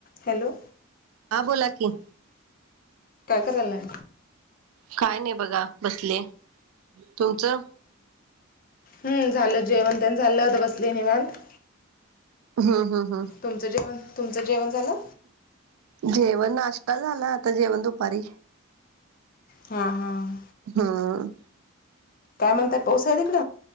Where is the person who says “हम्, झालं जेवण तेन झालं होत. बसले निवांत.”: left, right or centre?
Left